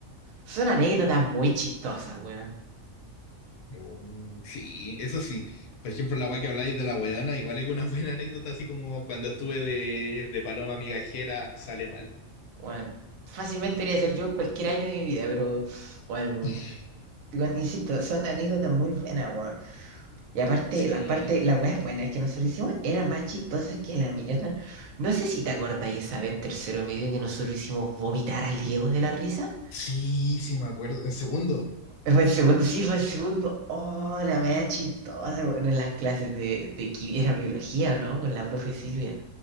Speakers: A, on the right; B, on the left.
A: son anécdotas muy chistosas, weón.
B: Mm, Sí, eso sí. Por ejemplo, la weá que habláis de la weona, igual es una <laughs> buena anécdota, así como cuando estuve de, de paloma migajera, sale mal.
A: Weón, fácilmente podría ser yo en cualquier año de mi vida, pero bueno,
B: <laughs>
A: Igual, insisto, son anécdotas muy buenas, weón. Y aparte,
B: Sí,
A: la parte, las weas buenas que nosotros hicimos eran más chistosas que la mierda. No sé si te acordáis esa vez en tercero medio que nosotros hicimos vomitar al Diego de la risa.
B: sí, sí, me acuerdo. En segundo.
A: Eh, Fue el segundo, sí, fue el segundo. Oh, la wea chistosa, weón, en las clases de, de qui- era biología, ¿o ¿no? Con la profe Silvia.